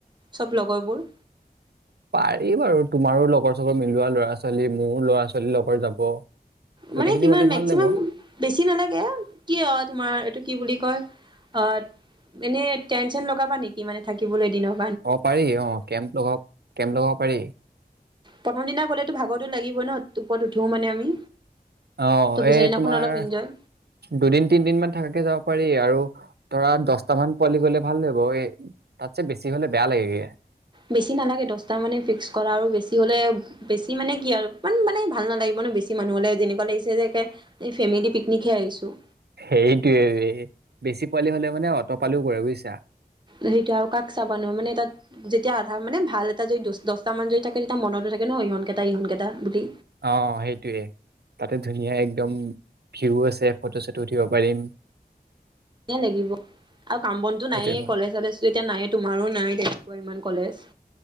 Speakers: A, on the right; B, on the right.
A: চব লগৰবোৰ
B: পাৰি বাৰু তোমাৰো লগৰ চগৰ মিলোৱা ল'ৰা ছোৱালী মোৰ ল'ৰা ছোৱালীৰ লগৰ যাব
A: মানে
B: গোটেইখিনি
A: কিমান
B: গ'লে ভাল
A: মেক্সিমাম
B: লাগিব
A: বেছি নালাগে কি অ তোমাৰ এইটো কি বুলি কয় অ এনে টেনচেন লগাবা নেকি মানে থাকিবলৈ এদিনত
B: অ পাৰি অ কেম্প লগাব কেম্প লগাব পাৰি
A: প্ৰথম দিনা গ'লেতো ভাগৰতো লাগিব ন ওপৰত উঠো মানে আমি
B: অ
A: ত পিছৰ
B: এই
A: দিনাখন
B: তোমাৰ
A: অলপ ইনজয়
B: দুদিন তিনদিন মান থকাকে যাব পাৰি আৰু ধৰা দহটামান পোৱালি গলে ভাল লাগিব এ তাতছে বেছি হলে বেয়া লাগে গে
A: বেছি নালাগে দহটা মানে ফিক্স কৰা আৰু বেছি হ'লে বেছি মানে কি আৰু ইমান মানে ভাল নালাগিব ন বেছি মানুহ হ'লে যেনেকুৱা লাগিছে যে একে ফেমিলি পিকনিকহে আহিছোঁ।
B: সেইটোয়ে বেছি পোৱালি হলে মানে অটপালিও কৰে বুজছ আছা
A: সেইটো আৰু কাক চাবানো মানে তাত যেতিয়া আধা মানে ভাল এটা য দহট মান যদি থাকে তেতিয়া মনতো থাকে ন ইহনকেইটা ইহনকেইটা বুলি
B: অ সেইটোৱে তাতে ধুনীয়া একদম ভিউ আছে ফটো চটো উঠিব পাৰিম।
A: লাগিব আৰু কাম বনতো
B: সেইটোৱে
A: নাইে
B: মই।
A: কলেজ চলেজো এতিয়া নাই তোমাৰো নাই তেনেকুৱা ইমান কলেজ